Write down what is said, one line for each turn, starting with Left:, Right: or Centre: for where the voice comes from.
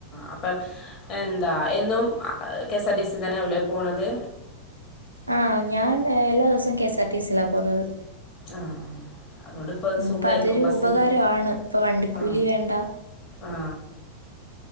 Left: അപ്പൊ എന്താ എന്നും കെഎസ് ആർ ടി സി തന്നെ ആവുംല്ലേ പോണത്
Right: ആ ഞാൻ എല്ലാ ദിവസവും കെഎസ് ആർ ടി സിയിലാ പോകുന്നത്
Left: ആ അതുകൊണ്ട് പ്പം
Right: ഉം,
Left: സുഖായിരിക്കും
Right: അപ്പം അതൊരു
Left: ബസ്സിന്
Right: ഉപകാരമാണ്. ഇപ്പം വണ്ടിക്കൂലി
Left: ആ
Right: വേണ്ട.
Left: ആ